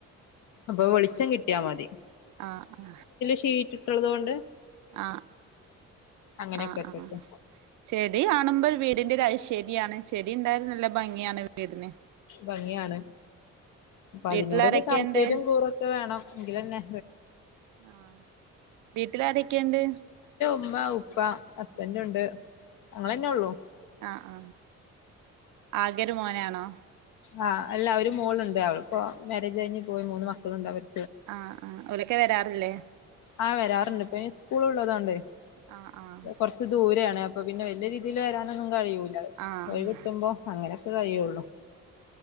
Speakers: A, on the left (about 80°); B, on the right (about 75°).
A: അപ്പൊ വെളിച്ചം കിട്ടിയാ മതി
B: ആ ആ
A: ശീറ്റ്ട്ട്ള്ളത്കൊണ്ട്
B: ആ
A: അങ്ങനെയൊക്കെ
B: ആ ആ
A: ഇട്ടൊക്കെ
B: ആ ചെടി കാണുമ്പോൾ വീടിന്റൊരു ഐശ ശരിയാണ് ചെടി ഇണ്ടായ നല്ല നല്ല ഭംഗിയാണ് വീടിന്
A: ഭംഗിയാണ് അപ്പൊ
B: വീട്ടിലാരൊക്കെയുണ്ട്
A: അതിനോടൊക്കെ താല്പര്യം കൂറൊക്കെ വേണം എങ്കില ന്നെ
B: ആ വീട്ടിലാരൊക്കെ ഇണ്ട്?
A: അമ്മ ഉപ്പ ഹസ്ബന്റ് ഉണ്ട് ഞങ്ങളന്നെ ഉള്ളൂ
B: ആ ആ ആകെ ഒരു മോനാണോ
A: ആ അല്ല ഒരു മോളുണ്ട് അവൾ അപ്പോ മാര്യേജ് കഴിഞ്ഞ് പോയി മൂന്ന് മക്കളുണ്ട് അവര്
B: ആ ആ ഓല ഒക്കെ വരാറില്ലേ
A: ആ വരാറുണ്ട് ഇപ്പൊ ഇനി സ്കൂൾ ഉള്ളതോണ്ടെ
B: ആഹ് ആഹ്
A: കൊറച്ച് ദൂരാണ് അപ്പം പിന്നെ വല്യയ രീതിയിൽ വരാനൊന്നും കഴിയൂല്ല
B: ആഹ്
A: ഒയ്വ്ട്ടുമ്പോ അങ്ങനൊക്കെ കഴിയാെള്ളു